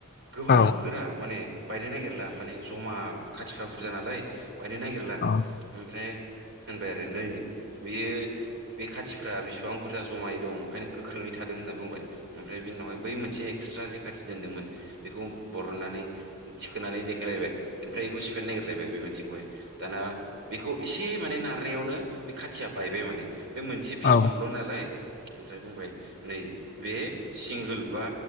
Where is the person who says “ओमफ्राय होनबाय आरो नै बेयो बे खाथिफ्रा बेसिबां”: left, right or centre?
Right